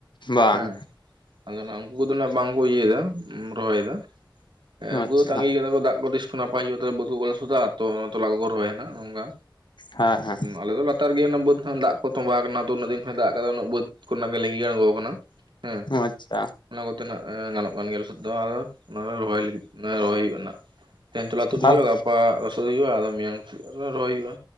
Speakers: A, on the left; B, on the right.
A: ᱵᱟᱝ
B: ᱦᱮᱸ ᱟᱫᱚ ᱱᱟᱸᱜ ᱩᱱᱠᱩ ᱠᱚᱫᱚ ᱵᱟᱝᱠᱚ ᱤᱭᱟᱹᱭᱫᱟ ᱨᱚᱦᱚᱭᱫᱟ ᱾ ᱦᱮᱸ ᱩᱱᱠᱩ
A: ᱟᱪᱪᱷᱟ
B: ᱫᱚ ᱛᱟᱸᱜᱤ ᱠᱟᱫᱟ ᱠᱚ ᱫᱟᱜ ᱠᱚ ᱛᱤᱥ ᱠᱚ ᱱᱟᱯᱟᱭ ᱦᱩᱭᱩᱜᱼᱟ ᱛᱚᱵᱮ ᱵᱟᱹᱦᱩ ᱠᱚᱞᱮ ᱥᱩᱫᱦᱟ ᱟᱛᱚ ᱛᱚᱞᱟ-ᱛᱚᱞᱟ ᱠᱚ ᱠᱚ ᱨᱚᱦᱚᱭᱟ ᱾ ᱱᱚᱝᱠᱟ,
A: ᱦᱮᱸ ᱦᱮᱸ
B: ᱟᱞᱮ ᱫᱚ ᱞᱟ- ᱛᱟᱨ ᱜᱮ ᱚᱱᱟ ᱵᱟᱹᱛ ᱠᱷᱚᱱᱟᱜ ᱫᱟᱜ ᱠᱚ ᱛᱚᱸᱵᱟ ᱟᱠᱟᱱᱟ ᱛᱚ ᱩᱱᱟᱹᱜ ᱫᱤᱱ ᱠᱷᱚᱱ ᱫᱟᱜ ᱠᱟᱫᱟ ᱩᱱᱟᱹᱜ ᱵᱟᱹᱫ ᱠᱷᱚᱱᱟᱜ ᱜᱮ ᱞᱤᱜᱤ ᱟᱬᱜᱚ ᱠᱟᱱᱟ ᱾ ᱦᱮᱸ
A: ᱟᱪᱪᱷᱟ
B: ᱚᱱᱟ ᱠᱚᱛᱮ ᱱᱟᱜ ᱜᱟᱱᱚᱜ ᱠᱟᱱ ᱜᱮᱭᱟ ᱞᱚᱥᱚᱫ ᱫᱚ <unintelligible> ᱚᱱᱟ ᱨᱮ ᱨᱚᱦᱚᱭ ᱞᱟᱹᱜᱤᱫ ᱨᱚᱦᱚᱭ ᱦᱩᱭᱩᱜᱼᱟ ᱦᱟᱜ ᱾ ᱛᱮᱦᱮᱱ ᱛᱚᱞᱟ ᱛᱩᱫ
A: ᱛᱟᱦᱚᱞᱮ
B: ᱦᱩᱭᱩᱜᱼᱟ ᱜᱟᱯᱟ ᱨᱚᱥᱚᱫ ᱦᱩᱭᱩᱜᱼᱟ ᱟᱨᱦᱚ ᱢᱤᱭᱟᱝ ᱥᱮ ᱨᱚᱦᱚᱭ ᱦᱩᱭᱩᱜᱼᱟ